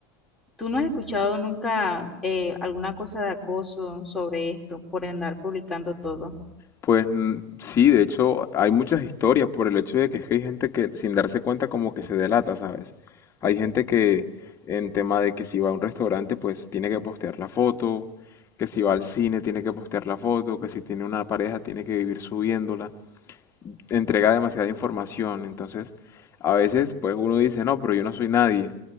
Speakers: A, in the centre; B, on the left (about 25°).
A: ¿Tú no has escuchado nunca eh, alguna cosa de acoso sobre esto por andar publicando todo?
B: Pues mm, sí, de hecho hay muchas historias por el hecho de que es que hay gente que sin darse cuenta como que se delata, ¿sabes? Hay gente que en tema de que si va a un restaurante pues tiene que postear la foto, que si va al cine tiene que postear la foto, que si tiene una pareja tiene que vivir subiéndola. entrega demasiada información. Entonces, a veces, pues uno dice, no, pero yo no soy nadie.